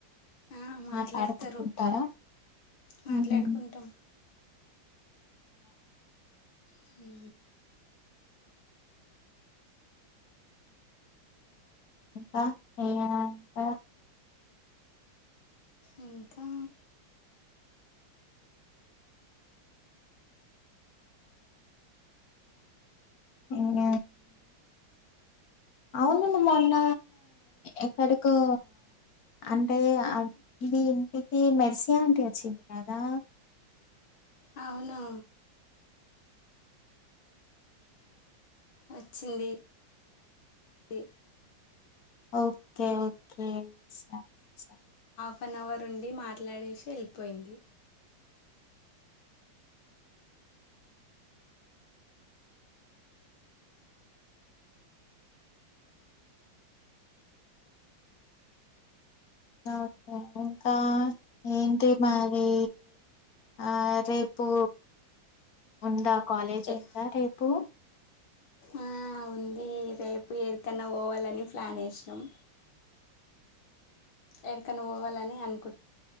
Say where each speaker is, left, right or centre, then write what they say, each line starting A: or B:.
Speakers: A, on the left; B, on the left.
A: ఆ, మాట్లాడతారు
B: మాట్లాడుతుంటారా
A: మాట్లాడుకుంటాం
B: ఉమ్
A: హు
B: ఇంకా ఏమైనా ఉందా
A: ఇంకా
B: ఇంగ అవును మొన్న ఎక్కడికో అంటే మీ ఇంటికి మెర్సియాంటి వచ్చింది కదా
A: అవును వచ్చింది ది
B: ఓకే ఓకే స స
A: ఆఫ్ అన్ అవర్ ఉండి మాట్లాడేసి వెళ్ళిపోయింది.
B: ఓకే ఇంకా ఏంటి మరి ఆ రేపు ఉందా కాలేజ్
A: ఎ-
B: ఉందా రేపు
A: ఆ ఉంది రేపు ఎడికన్న పోవాలని ప్లాన్ వేసినాం ఎడికన్నా పోవాలని అనుకు